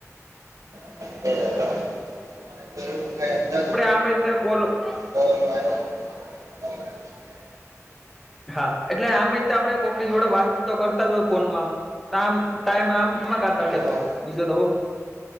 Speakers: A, on the right (about 80°); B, in the centre.
A: <inaudible> તો એવું થાય <unintelligible>
B: આપડે આમે ત્યાં ગોલું
A: ઓ લો <unintelligible> <unintelligible>
B: હા એટલે આમય આપડે કોકની જોડે વાત તો કરતા જ હોય ફોન માં. ટમા ટાઈમમાં આમમાં કાઢતા
A: હા
B: કે તો માં વિષય તો હો.